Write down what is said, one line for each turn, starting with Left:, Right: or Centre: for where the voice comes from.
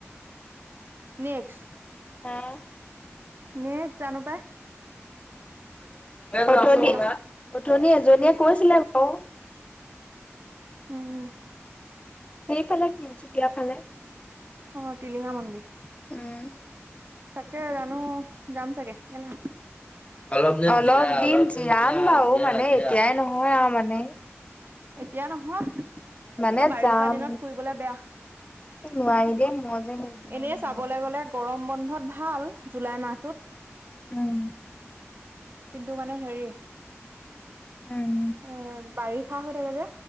Right: নেক্স?
Left: অ'।
Right: নেক্সট জানো পাই?
Left: অথনি-অথনি
Right: কলৈ যাওঁ
Left: এজনীয়ে কৈছিলে বাৰু
Right: উম।
Left: সেইফালে তিনচুকীয়া ফালে।
Right: অ', টিলিঙা মন্দিৰ।
Left: উম।
Right: তাকে জানো যাম চাগে, কেলে?
Left: অলপ দিন জিৰাম বাৰু মানে এতিয়াই নহয় আৰু মানে।
Right: এতিয়া নহয়,
Left: মানে
Right: এই বাৰিষা
Left: যাম
Right: দিনত ফুৰিবলে বেয়া।
Left: নোৱাৰি দে, মই যে মৰিবলেও
Right: এনেই
Left: নাযাওঁ
Right: চাবলৈ গ'লে
Left: <unintelligible>
Right: গৰম বন্ধত ভাল, জুলাই মাহটোত।
Left: উম।
Right: কিন্তু মানে হেৰি
Left: উম
Right: এ বাৰিষা হৈ থাকে যে